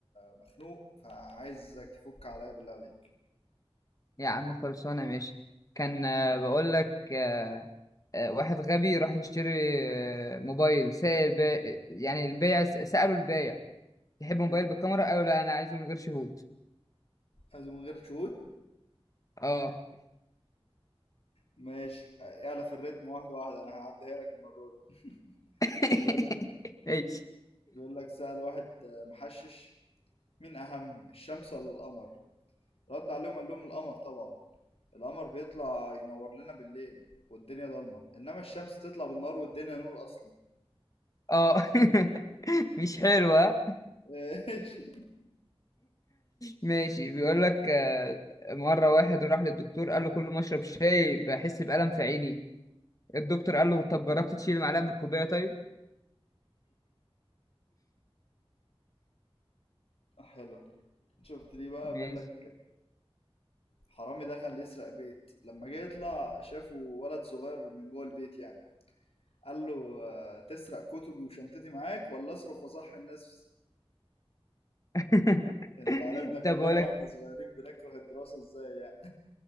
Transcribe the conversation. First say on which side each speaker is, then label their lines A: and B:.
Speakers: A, on the left; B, on the left.
A: مخنوق فعايزك تفك عليا بالله عليك
B: يا عم خلصانه ماشي كان آه، بقول لك آه، آه، واحد غبي راح يشتري آه، موبايل سائل با... يعني البايع س- سأله البايع تحب
A: حلو
B: موبايل بالكاميرا قالوا لا انا عايزه من غير شهود
A: عايزه من غير شهود
B: اه
A: ماشي اعلى في الريتم واحده واحده انا هعديها لك المره دي
B: <laughs>
A: بيقول
B: ماشي
A: بيقول لك سأل واحد محشش مين اهم الشمس ولا القمر رد عليهم قال لهم القمر طبعا القمر بيطلع ينور لنا بالليل والدنيا ضلمة انما الشمس تطلع بالنهار والدنيا نور اصلا
B: اه <laughs> مش حلوة
A: <laughs> ماشي
B: ماشي بيقول لك آه، مرة واحد راح للدكتور قال له كل ما اشرب شاي بحس بألم في عيني الدكتور قال له طب جربت تشيل معلقه من الكوبايه طيب
A: حلو شفت دي بقى
B: ماشي
A: بيقول لك حرامي دخل يسرق بيت لما جه يطلع شافه ولد صغير من جوه البيت يعني قال له آه، تسرق كتبي وشنطتي معاك ولا اصرخ وصحي الناس
B: <laughs>
A: انت عارفنا كلنا
B: طب بقول
A: واحنا
B: لك
A: صغيرين بنكره الدراسة ازاي يعني